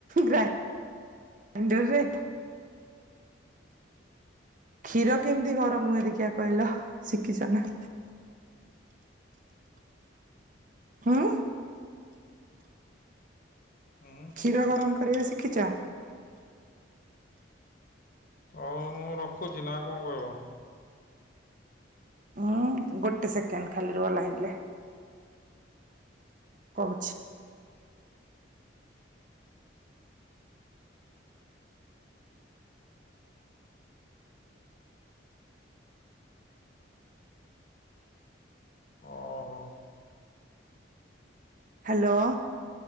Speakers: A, on the right; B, on the left.
A: ଗ୍ରାଇଣ୍ଡର ରେ? କ୍ଷୀର କେମିତି ଗରମ ହୁଏ ଦେଖିିବା କହିଲ? ଶିଖିଛ ନା। ହଁ।
B: ହୁଁ।
A: କ୍ଷୀର ଗରମ କରିବା ଶିଖିଛ।
B: ହଉ ମୁଁ ରଖୁଛି ନା ଆଉ କଣ କହିବ?
A: ଉଁ ଗୋଟେ ସେକେଣ୍ଡ ଖାଲି ରୁହ ଲାଇନ୍ ରେ। କହୁଛି।
B: ଓ, ହୋ।
A: ହ୍ୟାଲୋ।